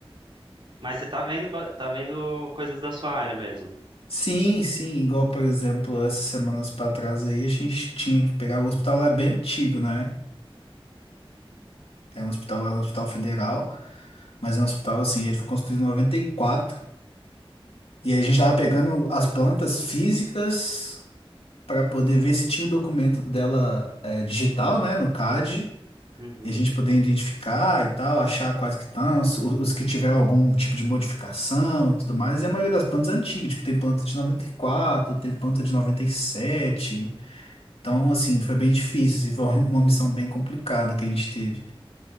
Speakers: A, on the right (about 60°); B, on the left (about 80°).
A: mas você tá vendo, ba- tá vendo coisas da sua área mesmo.
B: Sim, sim, igual, por exemplo, essas semanas pra trás aí, a gente tinha que pegar o hospital lá é bem antigo, né? É um hospital, é um hospital federal, mas é um hospital, assim, ele foi construído em 94, e quatro, e aí a gente tava pegando as plantas físicas para poder ver se tinha o documento dela é, digital, né, no CAD,
A: Uhum.
B: E a gente poder identificar e tal, achar quais que estão, os, os que tiveram algum tipo de modificação e tudo mais. E a maioria das plantas é antiga, tipo, tem planta de 94, tem planta de 97. Então, assim, foi bem difícil, assim, foi uma missão bem complicada que a gente teve.